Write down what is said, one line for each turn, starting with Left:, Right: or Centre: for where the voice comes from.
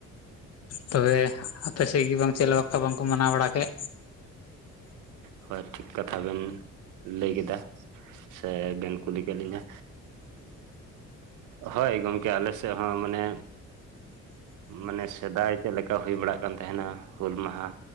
Left: ᱛᱚᱵᱮ ᱟᱯᱮ ᱥᱮᱫ ᱜᱮᱤ ᱵᱟᱝ ᱪᱮᱫ ᱵᱟᱠᱷᱟ ᱵᱟᱝᱠᱚ ᱢᱟᱱᱟᱣ ᱵᱟᱲᱟ ᱠᱮᱫ?
Right: ᱦᱳᱭ ᱴᱷᱤᱠ ᱠᱟᱛᱷᱟ ᱵᱮᱱ ᱞᱟᱹᱭ ᱠᱮᱫᱟ ᱾ ᱥᱮ ᱵᱮᱱ ᱠᱩᱞᱤ ᱠᱮᱫ ᱞᱤᱧᱟ? ᱦᱳᱭ ᱜᱚᱢᱠᱮ ᱟᱞᱮ ᱥᱮᱫ ᱦᱚᱸ ᱢᱟᱱᱮ ᱢᱟᱱᱮ ᱥᱮᱫᱟᱭ ᱪᱮᱫᱞᱮᱠᱟ ᱦᱩᱭ ᱵᱟᱲᱟᱜ ᱠᱟᱱ ᱛᱟᱦᱮᱱᱟ ᱦᱩᱞ ᱢᱟᱦᱟ